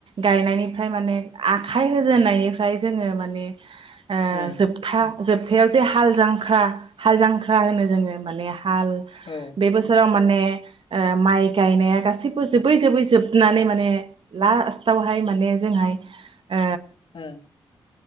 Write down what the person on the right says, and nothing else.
गायनायनिफ्राय माने आखाइ होजेननायनिफ्राय जोङो माने ओ
जोबथा जोबथायाव जे हाल जांख्रा हाल जांख्रा होनो जोङो माने हाल
बे बोसोराव माने ओ माइ गायनाया गासैबो जोबै जोबै जोबनानै माने लास्टावहाय माने जोंहाय ओ